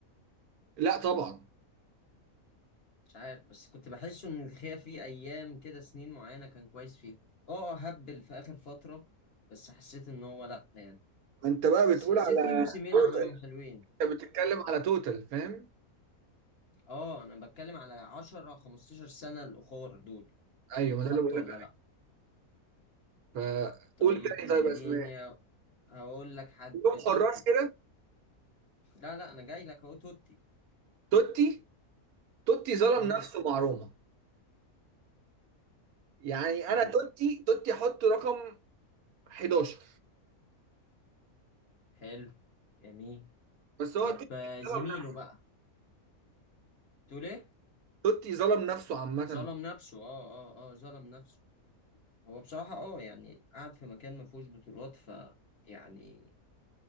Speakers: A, on the right; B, on the left.
A: لا طبعا
B: مش عارف بس كنت بحس ان دخية في ايام كده سنين معينة كان كويس فيها اه آه، هبل في اخر فترة بس حسيت ان هو لأ يعني
A: انت بقى
B: بس
A: بتقول
B: حسيت
A: على
B: في موسمين
A: توتال
B: عملهم حلوين
A: انت بتتكلم على توتال فاهم
B: اه انا بتكلم على 10 15 سنة الاخر دول
A: ايوه
B: يتحطوا
A: ما ده اللي بقول
B: ولا لا
A: فقول
B: طيب
A: تاني
B: خليني
A: طيب اسماء
B: هقول لك حد
A: يوم حراس
B: توتي
A: كده
B: لا لا انا جاي لك اهو توتي
A: توتي توتي ظلم
B: امم
A: نفسه مع روما يعني
B: حلو
A: انا توتي توتي حطه رقم 11
B: حلو جميل
A: بس هو
B: طب
A: توتي
B: آه، زميله
A: ظلم نفسه
B: بقى تقول ايه
A: توتي ظلم نفسه عامة
B: ظلم نفسه اه اه اه ظلم نفسه هو بصراحة اه يعني قاعد في مكان ما فيهوش بطولات ف يعني